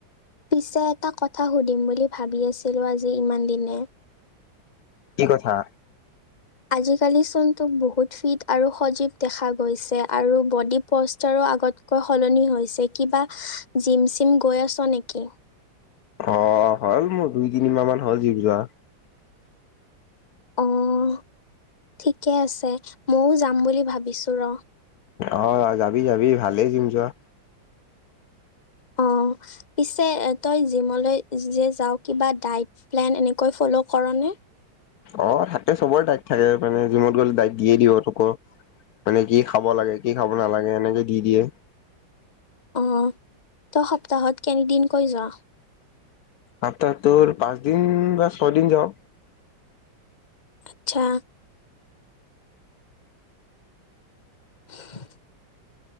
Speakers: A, on the left; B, on the left.
A: পিছে এটা কথা সুধিম বুলি ভাবি আছিলো আজি ইমান দিনে?
B: কি কথা।
A: আজি কালি চোন তোক বহুত ফিট আৰু সজীৱ দেখা গৈছে। আৰু ব'ডি প'জ ৰো আগতকৈ সলনি হৈছে। কিবা জিম চিম গৈ আছ নেকি?
B: অ' হ'ল মোৰ দুই তিনি মা'হ মান হ'ল জিম যোৱা।
A: অ' ঠিকে আছে, ময়ও যাম বুলি ভাবিছো ৰ।
B: অ' যাবি যাবি ভালেই যিম যোৱা।
A: অ'। অ', পিছে তই জিমলৈ যে যা কিবা প্লেন এনেকৈ ফল কৰ নে? <unintelligible>
B: অ' থাকে চবৰে দাইট থাকে মানে জিমত গ'লে দাইক দিয়ে দিব তোকো। মানে কি খাব লাগে কি খাব নালাগে এনেকে দি দিয়ে।
A: অ' তই সপ্তাহত কেনিদিনকৈ যোৱা?
B: সপ্তাহ তোৰ পাঁচ দিন বা ছয়দিন যাওঁ।
A: আচ্ছা। <unintelligible>